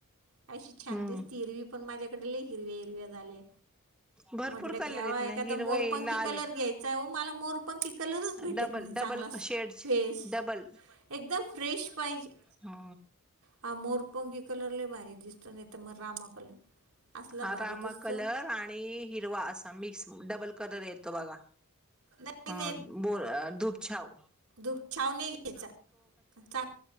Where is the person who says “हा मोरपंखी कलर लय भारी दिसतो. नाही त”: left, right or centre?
Right